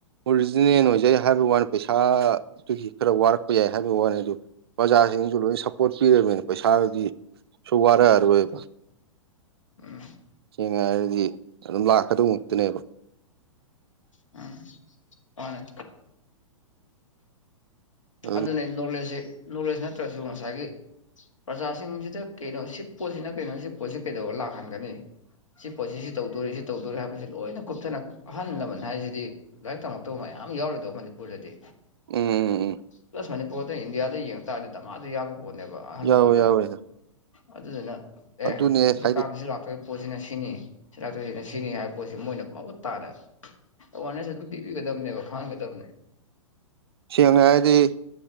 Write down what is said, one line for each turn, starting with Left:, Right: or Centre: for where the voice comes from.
Right: ꯑꯣꯔꯤꯖꯤꯅꯦꯜ ꯑꯣꯏꯖꯩ ꯍꯥꯏꯕꯒꯤ ꯋꯥꯅꯤ ꯄꯩꯁꯥꯗꯨꯒꯤ ꯈꯔ ꯋꯥꯔꯛꯄ ꯌꯥꯏ ꯍꯥꯏꯕꯒꯤ ꯋꯥꯅꯦ ꯑꯗꯨ ꯄ꯭ꯔꯖꯥꯁꯤꯡꯁꯨ ꯂꯣꯏ ꯁꯞꯄꯣꯔꯠ ꯄꯤꯔꯕꯅꯤꯅ ꯄꯩꯁꯥꯗꯨꯗꯤ ꯁꯨ ꯋꯥꯔꯛ ꯑꯔꯣꯏꯕ
Left: ꯎꯝ
Right: ꯁꯦꯡꯅ ꯍꯥꯏꯔꯗꯤ ꯑꯗꯨꯝ ꯂꯥꯛꯀꯗꯧꯉꯛꯇꯅꯦꯕ
Left: ꯎꯝ ꯃꯅꯦ
Right: ꯑꯗꯨꯝ
Left: ꯑꯗꯨꯅ ꯅꯣꯂꯦꯖꯁꯦ ꯅꯣꯂꯦꯖ ꯅꯠꯇ꯭ꯔꯁꯨ ꯉꯁꯥꯏꯒꯤ ꯄ꯭ꯔꯖꯥꯁꯤꯡꯁꯤꯗ ꯀꯩꯅꯣ ꯁꯤ ꯄꯣꯠꯁꯤꯅ ꯀꯩꯅꯣ ꯁꯤ ꯄꯣꯠꯁꯤ ꯀꯩꯗꯧꯔ ꯂꯥꯛꯍꯟꯒꯅꯤ ꯁꯤ ꯄꯣꯠꯁꯤ ꯁꯤ ꯇꯧꯗꯣꯔꯤ ꯁꯤ ꯇꯧꯗꯣꯔꯤ ꯍꯥꯏꯕꯁꯤ ꯂꯣꯏꯅ ꯀꯨꯞꯊꯅ ꯑꯍꯜ ꯂꯃꯟ ꯍꯥꯏꯁꯤꯗꯤ ꯂꯥꯏꯔꯤꯛ ꯇꯝꯃꯛꯇꯕ ꯃꯌꯥꯝ ꯌꯥꯎꯔꯤꯗꯣ ꯃꯅꯤꯄꯨꯔꯗꯗꯤ
Right: ꯎꯝ
Left: ꯄ꯭ꯂꯁ ꯃꯅꯤꯄꯨꯔꯗ ꯏꯟꯗꯤꯌꯥꯗ ꯌꯦꯡꯉꯛ ꯇꯥꯔꯗꯤꯗ ꯗꯝꯃꯗ ꯌꯥꯝꯃꯤ ꯄꯣꯠꯅꯦꯕ ꯑꯍꯜ
Right: ꯌꯥꯎꯋꯦ
Left: ꯂꯃꯟꯗ
Right: ꯌꯥꯎꯋꯦ
Left: ꯑꯗꯨꯗꯨꯅ ꯑꯦ
Right: ꯑꯗꯨꯅꯦ
Left: ꯍꯧꯖꯤꯛꯀꯥꯟ
Right: ꯍꯥꯏꯗꯤ
Left: ꯁꯤ ꯂꯥꯛꯇꯨꯔꯦ ꯄꯣꯠꯁꯤꯅ ꯁꯤꯅꯤ ꯁꯤꯂꯥꯛꯇꯨꯏꯁꯤꯅ ꯁꯤꯅꯤ ꯍꯥꯏꯕ ꯄꯣꯠꯁꯤ ꯃꯣꯏꯅ ꯃꯃꯨꯠ ꯇꯥꯅ ꯑꯋꯥꯔꯅꯦꯁ ꯑꯗꯨꯝ ꯄꯤꯕꯤꯒꯗꯕꯅꯦꯕ ꯈꯪꯍꯟꯒꯗꯕꯅꯦ
Right: ꯁꯦꯡꯅꯅ ꯍꯥꯏꯔꯗꯤ